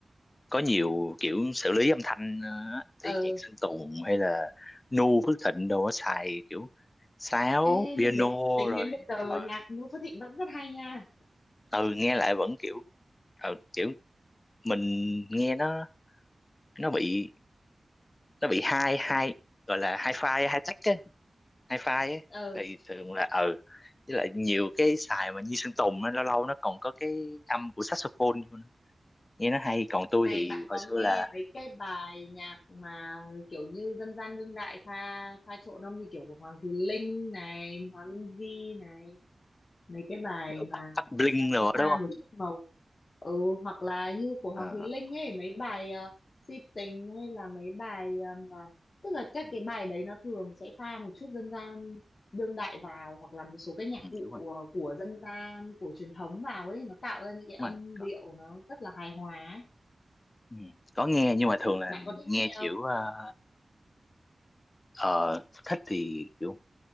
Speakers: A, on the left; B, on the left.
A: có nhiều kiểu xử lý âm thanh ờ, á.
B: ờ
A: thì nhạc Sơn Tùng hay là Nu Phước Thịnh đồ á, xài kiểu sáo
B: ê
A: piano
B: nhưng đến tính
A: rồi
B: đến bây giờ
A: ờ,
B: nhạc Noo Phước Thịnh vẫn rất hay nha
A: ừ nghe lại vẫn kiểu ờ, kiểu mình nghe nó nó bị nó bị hai hai gọi là hai file hai tách á hai file
B: ờ
A: á thì thường là ừ với lại nhiều cái xài mà như Sơn Tùng á lâu lâu nó còn có cái âm của saxophone vô nữa nghe nó hay còn tôi
B: này
A: thì
B: bạn
A: hồi
B: có
A: xưa
B: nghe
A: là
B: mấy cái bài nhạc mà kiểu như dân gian đương đại pha pha trộn không như kiểu của Hoàng Thùy Linh này Hòa Minzy này mấy cái bài
A: ừ,
B: mà
A: bắt bắt bling
B: nó
A: rồi
B: sẽ pha
A: đó đúng không
B: một chút màu ừ hoặc là như của Hoàng
A: Ờ,
B: Thùy Linh ấy mấy bài ờ, si tình hay là mấy bài ờ, mà tức là các
A: ừ,
B: cái bài đấy nó thường sẽ pha một chút dân gian đương đại vào hoặc là một số cái nhạc
A: ừ,
B: cụ
A: đúng rồi
B: của, của dân gian của truyền thống vào ấy nó tạo ra những cái âm
A: đúng rồi có,
B: điệu nó rất là hài hòa ấy.
A: ừ, có nghe nhưng mà thường là
B: Bạn có thích
A: nghe
B: nghe
A: kiểu
B: không
A: ờ, ờ, thích thì kiểu